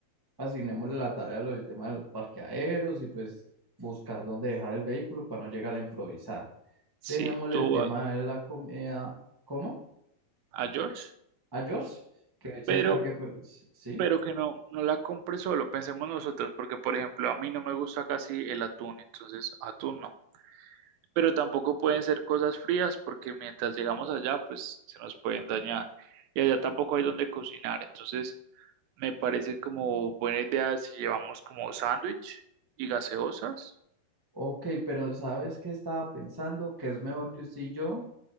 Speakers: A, on the right; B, on the right.
A: asignémosle la tarea de lo del tema de los parqueaderos y pues buscar dónde dejar el vehículo para no llegar a improvisar.
B: Sí,
A: Dejémosle
B: tú
A: el tema
B: a,
A: de la comida, ¿cómo?
B: a George,
A: A George, que él se
B: pero,
A: encargue, pues, sí.
B: pero que no, no la compre solo, pensemos nosotros, porque por ejemplo, a mí no me gusta casi el atún, entonces atún no. Pero tampoco pueden ser cosas frías, porque mientras llegamos allá, pues se nos pueden dañar. Y allá tampoco hay donde cocinar, entonces Me parece como buena idea si llevamos como sándwich y gaseosas.
A: Ok, pero ¿sabes qué estaba pensando? Que es mejor que usted y yo